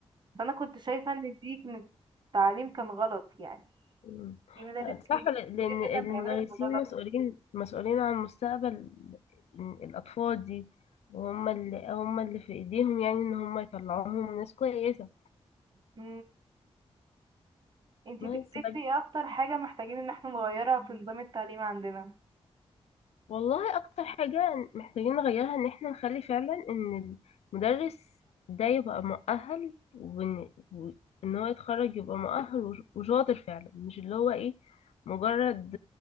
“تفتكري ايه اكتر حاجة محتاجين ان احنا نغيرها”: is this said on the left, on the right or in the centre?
Right